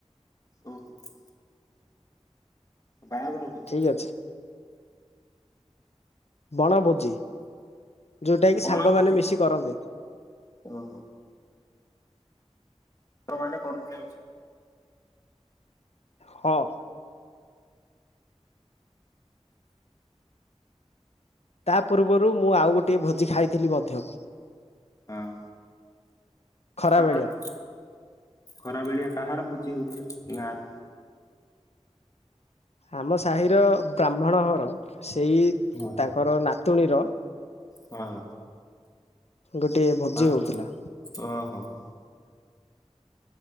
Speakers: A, on the left (about 30°); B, on the left (about 70°).
A: ଓହୋ ହୋ ବାହାଘର ଭୋଜି
B: ଠିକ ଅଛି। ବଣ ଭୋଜି। ଯୋଉଟା କି
A: ବଣ
B: ସାଙ୍ଗମାନେ
A: ଭୋଜି
B: ମିଶି କରନ୍ତି।
A: ଓହୋ ହୋ। ସାଙ୍ଗ ମାନେ କରୁଥିଲେ ମିଶିକି
B: ହଁ। ତା ପୂର୍ବରୁ ମୁଁ ଆଉ ଗୋଟେ ଭୋଜି ଖାଇଥିଲି ମଧ୍ୟ
A: ହଁ।
B: ଖରା
A: କାହାର
B: ବେଳିଆ
A: ଖରାବେଳିଆ କାହାର ଭୋଜି ହଉଥିଲା ଗାଁରେ
B: ଆମ ସାହିର ବ୍ରାହ୍ମଣ ଘର ସେଇ
A: ହଁ
B: ତାଙ୍କର ନାତୁଣୀର
A: ହଁ।
B: ଗୋଟିଏ ଭୋଜି
A: ହଁ
B: ହଉଥିଲା।
A: ଓହୋ ହୋ।